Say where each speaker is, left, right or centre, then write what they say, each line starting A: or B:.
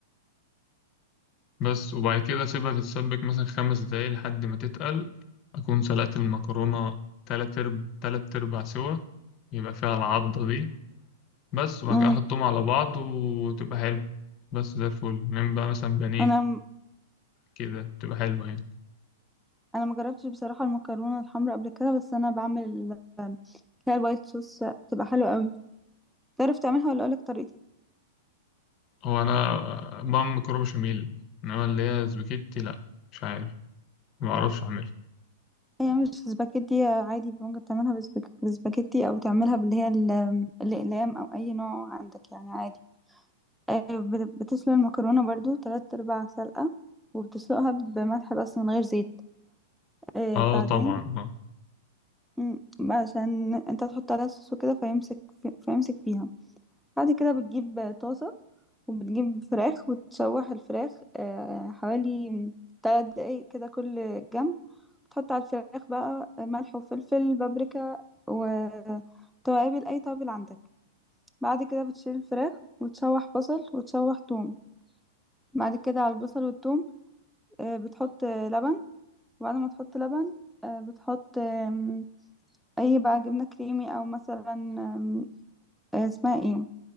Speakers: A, on the left; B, in the centre.
A: بس وبعد كده أسيبها تتسبك مثلا خمس دقايق لحد ما تتقل أكون سلقت المكرونة تلات أرب تلات أرباع سوا يبقى فيها العضة دي بس وبعد
B: امم
A: كده أحطهم على بعض وتبقى حلو بس ده الفل نعمل بقى مثلا بانيه
B: انا م-
A: كده بتبقى حلوة يعني
B: انا ما جربتش بصراحة المكرونة الحمراء قبل كده بس انا بعمل ال- اللي هي الوايت صوص بتبقى حلوة قوي تعرف تعملها ولا اقولك طريقتي
A: هو أنا بعمل مكرونة بشاميل إنما اللي هي سباكيتي لأ مش عارف معرفش أعملها
B: هي مش سباكيتي عادي ممكن تعملها بالسباك- بالسباكيتي او تعملها باللي هي ال- الاقلام او اي نوع عندك يعني عادي آه، بت- بتسلق المكرونه برضو تلات ارباع سلقه وبتسلقها بملح بس من غير زيت آه،
A: آه
B: بعدين
A: طبعا آه
B: مم، عشان انت تحط عليها صوص وكده فيمسك فيمسك فيها بعد كده بتجيب طاسه وبتجيب فراخ وتشوح الفراخ آه، حوالي تلات دقايق كده كل جنب تحط على الفراخ بقى ملح وفلفل بابريكا وتوابل أي توابل عندك بعد كده بتشيل الفراخ وتشوح بصل وتشوح توم بعد كده على البصل والتوم آه، بتحط آه، لبن وبعد ما تحط لبن آه، بتحط آم، أي بقى جبنة كريمي أو مثلا آم، آه، اسمها ايه